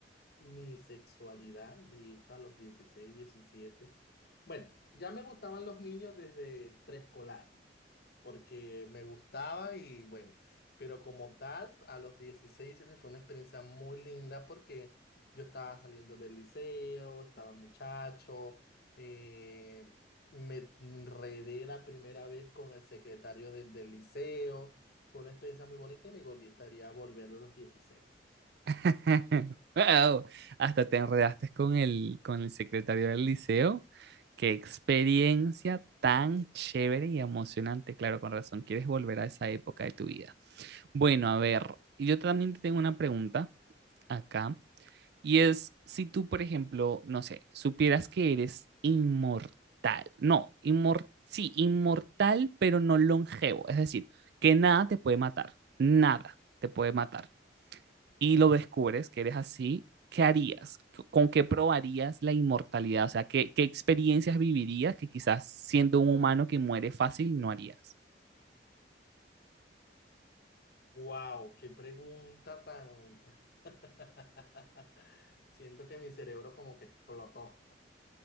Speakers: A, on the left; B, on the right.
A: mi sexualidad, de hecho, a los 16, 17. Bueno, ya me gustaban los niños desde preescolar. porque me gustaba y bueno, pero como tal, a los dieciséis 17 fue una experiencia muy linda porque yo estaba saliendo del liceo, estaba muchacho, eh, me enredé la primera vez con el secretario de- del liceo, fue una experiencia muy bonita y me gustaría volver a los dieciséis
B: <laughs> Wow, hasta te enredaste con el, con el secretario del liceo. Qué experiencia tan chévere y emocionante. Claro, con razón, quieres volver a esa época de tu vida. Bueno, a ver, yo también te tengo una pregunta acá y es si tú, por ejemplo, no sé, supieras que eres inmortal. No, inmor sí, inmortal, pero no longevo. Es decir, que nada te puede matar. Nada te puede matar y lo descubres que eres así, ¿qué harías? ¿Con qué probarías la inmortalidad? O sea, ¿qué, qué experiencias vivirías que quizás siendo un humano que muere fácil no harías?
A: ¡Wow! ¡Qué pregunta tan... <laughs> Siento que mi cerebro como que explotó.